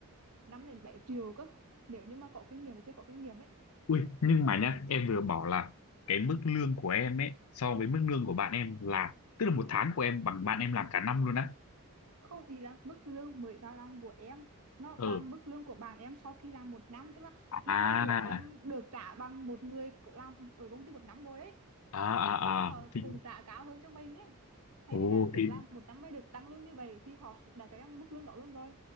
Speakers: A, on the right (about 85°); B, on the left (about 70°).
A: 5 đến 7 triệu cơ nếu như mà có kinh nghiệm và chưa có kinh nghiệm ấy
B: ui nhưng mà nhá, em vừa bảo là cái mức lương của em ấy so với mức lương của bạn em là tức là một tháng của em bằng bạn em làm cả năm luôn á.
A: không ý là mức lương mới vào làm của em nó
B: Ừ.
A: bằng mức lương của bạn em sau khi làm một năm tức là mức
B: À
A: lương của em được trả bằng một người có làm ở công ty một năm rồi ấy
B: à à
A: tức là họ
B: à thì
A: cùng trả cao hơn cho mình ấy thay
B: ồ
A: vì là kiểu
B: thì
A: làm một năm mới được tăng lương như vậy thì họ đã cho em mức lương đó luôn rồi